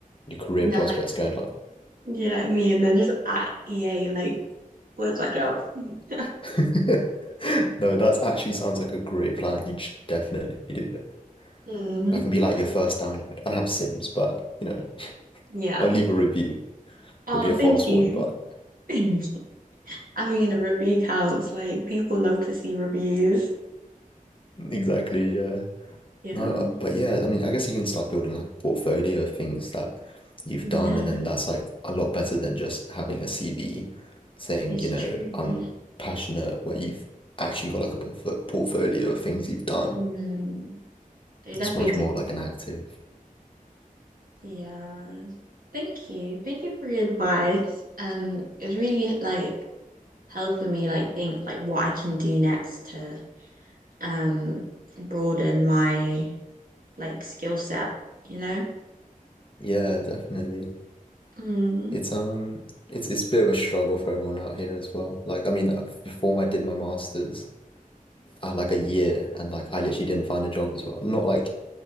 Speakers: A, on the left; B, on the right.
A: your career
B: And
A: prospects
B: then like,
A: going up.
B: You know what I mean? And then just at EA, like, where's my job? <laughs>
A: <laughs> No, that's actually sounds like a great plan. You should definitely do it.
B: Mm,
A: That can be like your first download. I don't have Sims, but you know,
B: yeah.
A: I'll leave a review.
B: Oh,
A: It'll be a
B: thank
A: false
B: you.
A: one, but
B: <clears throat> <laughs> I mean, a review counts. Like, people love to see reviews.
A: exactly, yeah.
B: Yeah.
A: No, but yeah, I mean, I guess you can start building like a portfolio of things that you've
B: Yeah,
A: done, and then that's like a lot better than just having a CV saying,
B: it's
A: you know,
B: true.
A: I'm passionate, where you've actually got like a portf portfolio of things you've done.
B: Mm, they
A: It's
B: definitely
A: much more like an active
B: do. Yeah. Thank you. Thank you for your advice. Um, it's really like helping me like think like what I can do next to um broaden my like skill set, you know?
A: Yeah, definitely.
B: Mm,
A: It's um it's it's a bit of a struggle for everyone out here as well. Like I mean uh, before I did my master's, I had like a year and like I literally didn't find a job as well. Not like